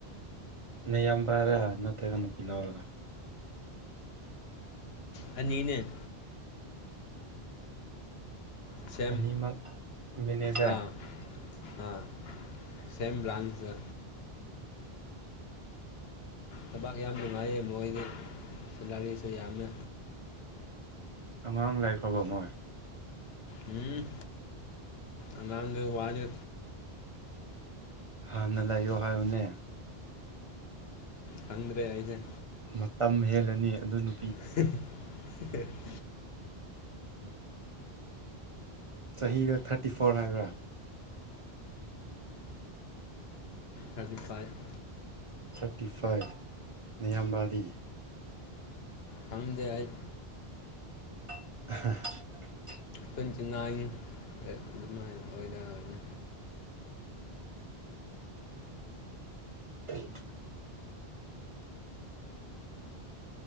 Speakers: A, on the right; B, on the left.
A: ꯅꯌꯥꯝꯕꯔ ꯅꯠꯇ꯭ꯔꯒꯅ ꯅꯨꯄꯤ ꯂꯧꯔꯒꯥ
B: ꯑꯅꯤꯅꯦ ꯁꯦꯝ
A: ꯑꯅꯤꯃꯛ ꯃꯦꯅꯦꯖꯔ
B: ꯑꯥ ꯑꯥ ꯁꯦꯝ ꯕ꯭ꯔꯥꯟꯁ ꯊꯕꯛ ꯌꯥꯝ ꯅꯨꯡꯉꯥꯏꯌꯦ ꯃꯣꯏꯗꯤ ꯄꯨꯖꯔꯤꯁꯨ ꯌꯥꯝꯃꯦ
A: ꯑꯉꯥꯡ ꯂꯩꯈꯔꯕꯥ ꯃꯣꯏ
B: ꯎꯝ ꯑꯉꯥꯡꯒꯤ ꯋꯥꯗꯤ
A: ꯉꯟꯅꯥ ꯂꯩꯌꯣ ꯍꯥꯏꯕꯅꯦ
B: ꯈꯪꯗ꯭ꯔꯦ ꯑꯩꯖ‌ꯦ
A: ꯃꯇꯝ ꯍꯦꯜꯂꯅꯤ ꯑꯗꯨ ꯅꯨ
B: <unintelligible>
A: ꯆꯍꯤꯗ‌ꯣ ꯊꯥꯔꯇꯤ ꯐꯣꯔ ꯍꯥꯏꯕ꯭ꯔꯥ
B: ꯊꯥꯔꯇꯤ ꯐꯥꯏꯚ
A: ꯊꯥꯔꯇꯤ ꯐꯥꯏꯚ ꯅꯌꯥꯝꯕꯥꯗꯤ
B: ꯈꯪꯗꯦ ꯑꯩ
A: <unintelligible>
B: ꯇ꯭ꯋꯦꯟꯇꯤ ꯅꯥꯏꯟ ꯑ‌ꯦ ꯑꯗꯨꯃꯥꯏ ꯑꯣꯏꯗ ꯕꯅꯤ
A: <unintelligible>